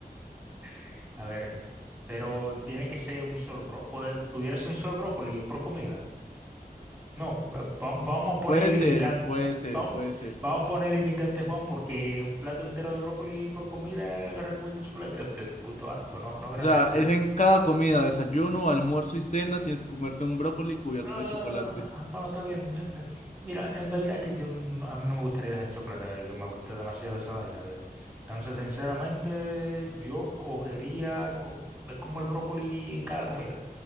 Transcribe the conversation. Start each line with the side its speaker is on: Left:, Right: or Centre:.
Centre: <laughs> A ver, pero tiene que ser un solo bro. Puede- pudiera ser un solo brócoli por comida. No, va- va- vamos a poner
Left: Puede
Centre: limitantes.
Left: ser, puede ser,
Centre: Vamos,
Left: puede ser.
Centre: vamos a poner limitantes, Juan, porque un plato entero de brócoli por comida recubierto de chocolate, qué, qué- qué puto asco, no, no, gracias,
Left: O sea, es
Centre: ¿eh?
Left: en cada comida, desayuno, almuerzo y cena, tienes que comerte un brócoli cubierto
Centre: Ah,
Left: de chocolate.
Centre: bueno, está bien. me- pues, Mira, en verdad es que yo no- a mí no me gustaría dejar chocolate, eh, que me gusta demasiado esa vaina, viejo. Entonces, sinceramente, yo cogería, co- me como el brócoli en cada comida,